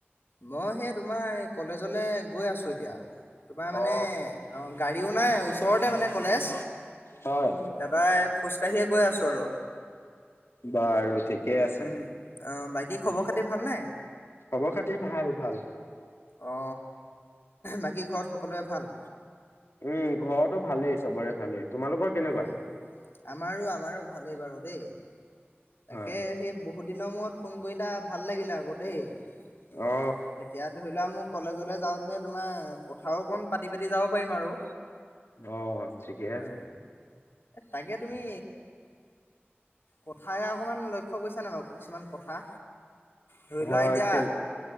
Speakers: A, on the left; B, on the left.
A: মই সেই তোমাৰ, কলেজলে গৈ আছোঁ এতিয়া। তোমাৰ মানে
B: অ
A: অ গাড়ীও নাই, ওচৰতে মানে কলেজ
B: হয়
A: তাপাই খোজ কাঢ়ি <unintelligible> গৈ আছোঁ আৰু
B: বাৰু ঠিকেই আছে
A: উম অ বাই কি খবৰ খাতি ভালনে?
B: খবৰ খাতি ভাল ভাল
A: অ, বাকী ঘৰত সকলোৰে ভাল?
B: উম ঘৰটো ভালেই চবৰে ভালেই। তোমালোকৰ কেনেকুৱা
A: অ আমাৰো আমাৰো ভালেই বাৰু দেই। তাকে
B: হয়
A: সেই বহুত দিনৰ মূৰত ফোন কৰিলা ভাল লাগিলে আকৌ দেই। এতিয়া
B: অ
A: ধৰি লোৱা মোক। কলেজলে যাওঁতে তোমাৰ কথাও অকণ পাতি পাতি যাব পাৰিম আৰু।
B: অ ঠিকে আছে।
A: অ তাকে, তুমি কথাই অকণমান লক্ষ্য কৰিছা নাই বাৰু কিছুমান কথা। ধৰি
B: হয়
A: লোৱা এতিয়া
B: কে